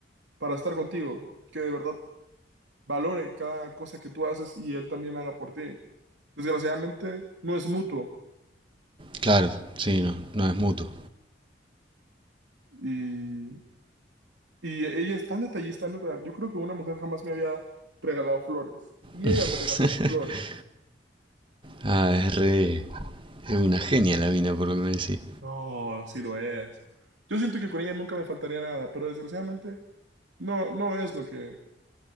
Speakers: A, on the right (about 85°); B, on the right (about 30°).
A: para estar contigo, que de verdad valore cada cosa que tú haces y él también haga por ti. Desgraciadamente, no es mutuo.
B: Claro, sí, no, no es mutuo.
A: Y Y ella es tan detallista, neta. Yo creo que una mujer jamás me había regalado flores. Y
B: <laughs>
A: ella me regaló flores.
B: Ah, es re... Es una genia la mina, por lo que me decís.
A: No, sí lo es. Yo siento que con ella nunca me faltaría nada, pero desgraciadamente no, no es lo que...